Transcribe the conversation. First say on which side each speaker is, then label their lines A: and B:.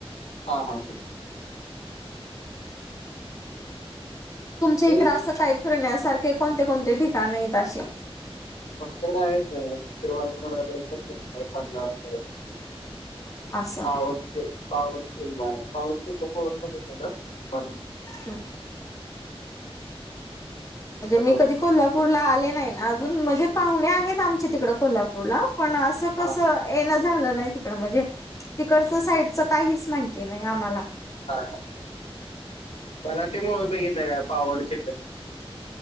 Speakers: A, on the left; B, on the left.
A: हा हा.
B: तुमच्या
A: मी
B: इकड काय असं फिरण्यासारखे कोणते कोणते ठिकाणे आहेत अशे?
A: आमच्याकडे आहे नारवा <unintelligible> <inaudible>
B: असं
A: पाव पवानखिंड आहे पवानखिंड बघेत आहे ना <inaudible>
B: हम् <inaudible>
A: हॅलो
B: मी कोलला <unintelligible> आले नाही, अजून म्हणजे पाहुणे आहेत. आमच्या तिकड कोल्हापूरला पण, असं कस
A: हा
B: येणं झालं नाही. तिकड म्हणजे, तिकडचं साईडच काहीच माहिती नाही आम्हाला.
A: हा मराठी मूवी बघित नाही का पावड चि्ह <inaudible>